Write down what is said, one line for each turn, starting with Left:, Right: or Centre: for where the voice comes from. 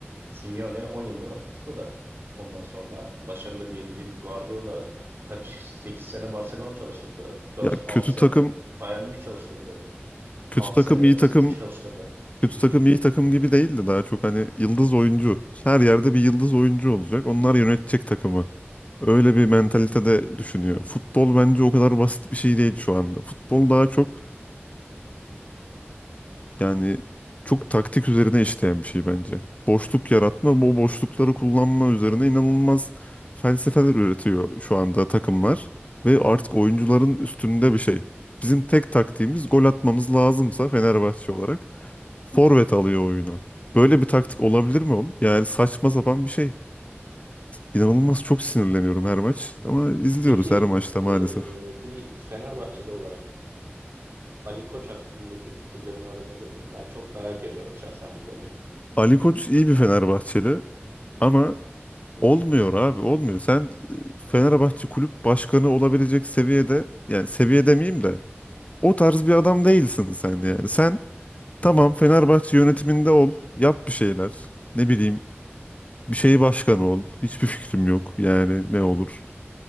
Right: Simeone 10 yıldır Atletico'da. Ondan sonra başarılı diyebileceğimiz Guardiola kaç 8 sene Barcelona çalıştırdı. Dört
Left: Ya
Right: 6
Left: kötü
Right: sene
Left: takım
Right: Bayern Münih çalıştırdı.
Left: kötü
Right: 6
Left: takım
Right: sene
Left: iyi takım
Right: City çalıştırdı.
Left: kötü
Right: Hı
Left: takım
Right: hı.
Left: iyi takım gibi değildi daha çok hani yıldız oyuncu. Her yerde bir yıldız oyuncu olacak. Onlar yönetecek takımı. Öyle bir mentalitede düşünüyor. Futbol bence o kadar basit bir şey değil şu anda. Futbol daha çok Yani çok taktik üzerine işleyen bir şey bence. Boşluk
Right: Ya,
Left: yaratma, bu boşlukları kullanma üzerine inanılmaz felsefeler üretiyor şu anda takımlar. Ve artık oyuncuların üstünde bir şey. Bizim tek taktiğimiz gol atmamız lazımsa Fenerbahçe olarak forvet alıyor oyuna. Böyle bir taktik olabilir mi oğlum? Yani saçma sapan bir şey. İnanılmaz çok sinirleniyorum her maç ama izliyoruz
Right: peki
Left: her maçta
Right: e,
Left: maalesef.
Right: bir Fenerbahçeli olarak Ali Koç hakkındaki fikirlerini öğrenebilir miyim? Ben çok merak ediyorum şahsen bu konuyu.
Left: Ali Koç iyi bir Fenerbahçeli ama
Right: <laughs>
Left: Olmuyor abi olmuyor. Sen e, Fenerbahçe kulüp başkanı olabilecek seviyede yani seviye demeyeyim de o tarz bir adam değilsin sen yani. Sen tamam Fenerbahçe yönetiminde ol yap bir şeyler ne bileyim bir şeyi başkanı ol hiçbir fikrim yok yani ne olur.